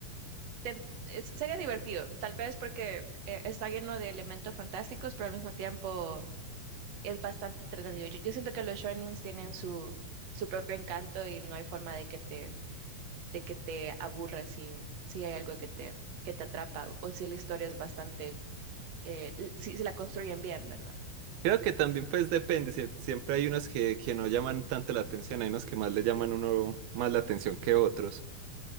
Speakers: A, on the right; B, on the right.
A: ten- es- sería divertido, tal vez porque eh, está lleno de elementos fantásticos, pero al mismo tiempo es bastante entretenido. Yo, yo siento que los shonins tienen su, su propio encanto y no hay forma de que te de que te aburra si, si hay algo que te, que te atrapa o si la historia es bastante, eh, l- si, si la construyen bien, ¿verdad?
B: Creo que también pues depende, sie- siempre hay unos que, que no llaman tanto la atención, hay unos que más le llaman uno más la atención que otros.